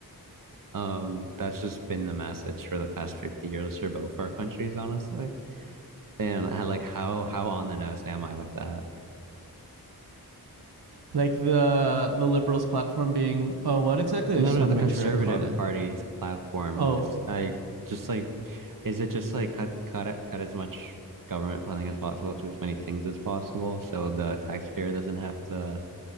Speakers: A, on the right; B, on the right.
A: Um, that's just been the message for the past 50 years for both our countries, honestly. And I like how how on the nose am I with that?
B: Like the the liberals platform being, oh, what exactly?
A: No,
B: I just
A: no,
B: want
A: the
B: to
A: Conservative
B: make sure I caught it.
A: Party's platform.
B: Oh,
A: 'cause I just like, is it just like cut cut it- cut as much government funding as possible to as many things as possible, so the taxpayer doesn't have to